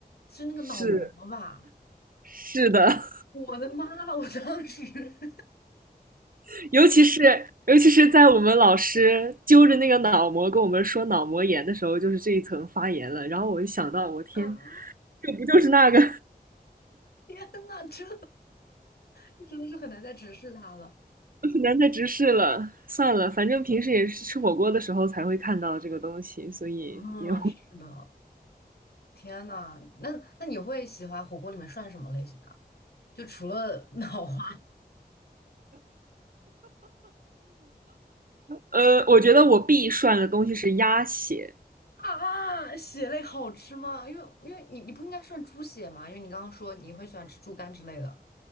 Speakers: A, on the left (about 75°); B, on the right (about 60°).
A: 是那个脑膜吧？
B: 是是的，
A: 我的妈！我当时 <laughs>
B: <laughs> 尤其是尤其是在我们老师揪着那个脑膜跟我们说脑膜炎的时候，就是这一层发炎了。然后我就想到，我天，
A: 啊，
B: 这不就是那个？
A: 天呐，这这真的是很难再直视它了。
B: 难再直视了，算了，反正平时也是吃火锅的时候才会看到这个东西，所以也无
A: 嗯，是的，天呐，那那你会喜欢火锅里面涮什么类型的？就除了脑花。
B: 呃，我觉得我必涮的东西是鸭血，
A: 啊，血类好吃吗？因为因为你你不应该算猪血吗？因为你刚刚说你会喜欢吃猪肝之类的